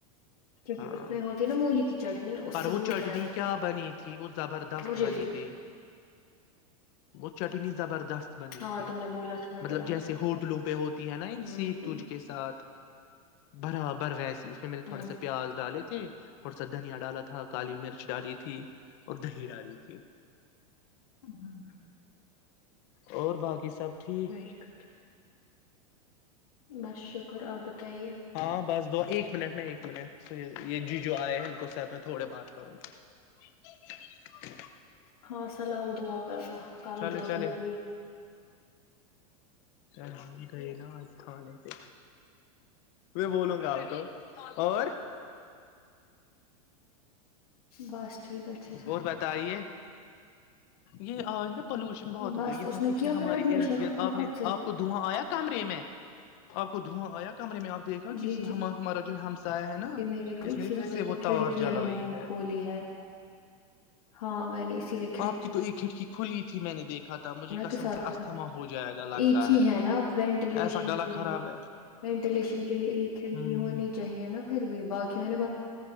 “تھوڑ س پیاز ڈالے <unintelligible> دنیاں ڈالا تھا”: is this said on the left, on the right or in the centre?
Left